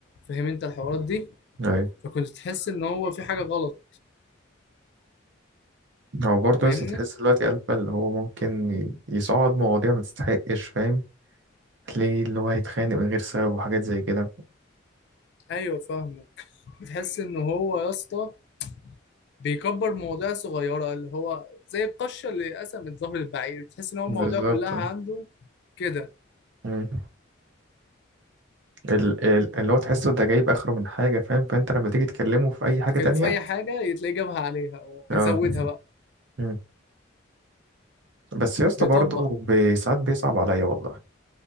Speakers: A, on the left; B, on the right.
A: فاهم انت الحوارات دي
B: ايوه
A: فكنت تحس ان هو في حاجه غلط
B: هو برضه
A: فاهمني
B: يا اسطى تحس دلوقتي الفا اللي هو ممكن ي- يصعد مواضيع ما تستحقش فاهم تلاقيه اللي هو يتخانق من غير سبب وحاجات زي كده
A: ايوه فاهمه بتحس ان هو يا اسطى بيكبر مواضيع صغيره اللي هو زي القشه اللي قسمت ظهر البعير بتحس ان هو
B: بالظبط
A: المواضيع كلها
B: اه
A: عنده كده
B: مم. ال- ال- اللي هو تحسه ده جايب اخره من حاجه فاهم فانت لما تيجي تكلمه في اي حاجه
A: تكلمه
B: تانية
A: في اي حاجه تلاقيه جابها عليها ويزودها
B: اه
A: بقى
B: مم. بس يا اسطى
A: بيطبق
B: برضه بي- ساعات بيصعب عليا والله